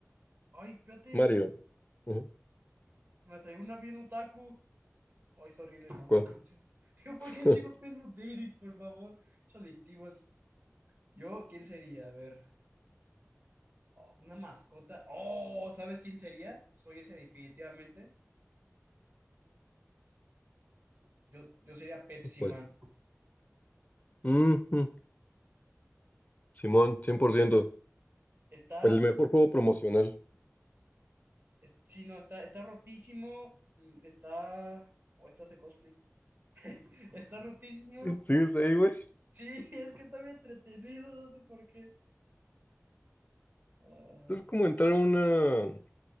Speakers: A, on the right; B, on the left.
A: ay, fíjate,
B: Mario, Ujú.
A: me salió una bien otaku. Ay, está horrible, ¿no?
B: ¿Cuál?
A: <laughs> Yo, ¿por
B: <laughs>
A: qué sigo Facebook Dating, por favor? Es adictivo, es Yo, ¿quién sería? A ver, una mascota. Oh, ¿sabes quién sería? Soy ese definitivamente. Yo, yo sería Pepsi
B: ¿Cuál?
A: Man.
B: Ujú. Simón, 100%.
A: Está,
B: el mejor juego promocional.
A: es- sí, no, está, está rotísimo. mm, Está, o está ese cosplay. <laughs> Está rotísimo.
B: <laughs> Sí, es ahí, güey.
A: Sí, <laughs> es que está bien entretenido, no sé por qué. Ah,
B: Es como entrar a una,